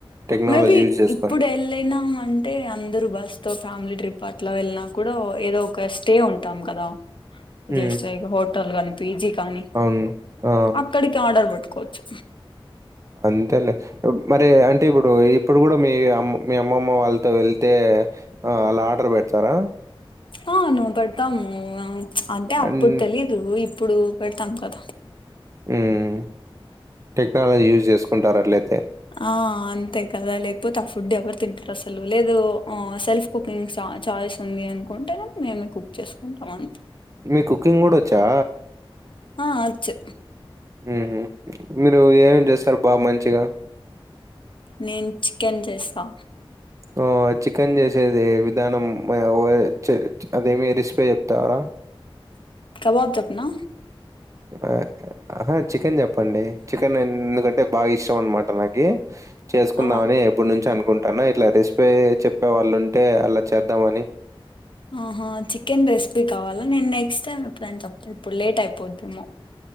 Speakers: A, on the right (about 35°); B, on the left (about 60°).
A: టెక్నాలజీ
B: మేబి
A: యూజ్ చేసుకొని.
B: ఇప్పుడు ఏల్లినం అంటే అందరు బస్ తో ఫ్యామిలీ ట్రిప్ అట్లా వెళ్ళిన కూడా ఏదో ఒక స్టే ఉంటాం కదా
A: హ్మ్.
B: జస్ట్ లైక్ హొటల్ గాని పిజీ కాని
A: అవును. ఆ!
B: అక్కడికి ఆర్డర్ పెట్ కొచ్చు
A: అంతేలే మరి అంటే ఇప్పుడు ఇప్పుడు కూడా మీ అమ్మ మీ అమ్మమ్మ వాళ్ళతో వెళ్తే అల్ ఆర్డర్ పెడతారా
B: అవును పేడతాము అంటే అప్పుడు
A: అండ్
B: తెలీదు ఇప్పుడు పెడ్తం కదా
A: మ్ టెక్నాలజీ యూజ్ చేసుకుంటారు అట్లయితే
B: ఆ అంతే కదా లేకపోతే ఆ ఫుడ్ ఎవరు తింటారు. అసలు లేదు సెల్ఫ్ కుకింగ్ చాయిస్ ఉంది అనుకుంటే మేమే కుక్ చేసుకుంటాం అంతే
A: మీ కుకింగ్ కూడా వోచ్చా
B: ఆ అచ్చు
A: హ్ హు మీరు ఎమ్ చేస్తారు బాగా మంచిగా
B: నేను చికెన్ చేస్తా
A: వో చి కేన్ చేసేది విధానం మా హొ అది చే అదేమి రే స్ పీ చెప్తారా
B: కబబ్ చెప్నా
A: ఆ ఆహా చికెన్ చెప్పండి. చికెన్ ఎందుకంటే బాగా ఇష్టం అన్నమాట నాకి చేసుకుందామని
B: ఆ
A: ఎప్పుడు నుంచో అనుకుంటాన్న ఇట్లా రెసిపీ చెప్పే వాళ్ళు ఉంటే అలా చేద్దామని
B: ఆహ చికెన్ రెసిపీ కావాలా. నేను నెక్స్ట్ టైం ఎప్పుడైన చెప్త ఇప్పుడు లేట్ అయిపోద్దేమో